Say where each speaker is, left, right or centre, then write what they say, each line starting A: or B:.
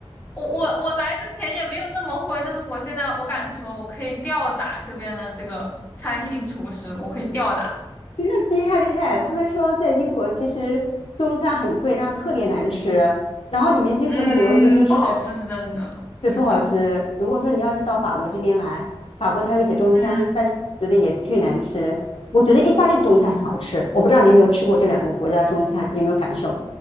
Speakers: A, on the left; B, on the left.
A: 我我我来之前也没有那么会，但是我现在我敢说，我可以吊打这边的这个餐厅厨师，我可以吊打。
B: 你说厉害厉害。他们说在英国其实中餐很贵，然后特别难吃，然后你们英国的留子就是。
A: 嗯，不好吃是真的，
B: 对，
A: 是的，
B: 不好吃。如果说你要是到法国这边来，法国它有一些中餐，
A: 嗯
B: 但是我觉得也巨难吃。我觉得意大利的中餐很好吃，我不知道你有没有吃过这两个国家的中餐，你有没有感受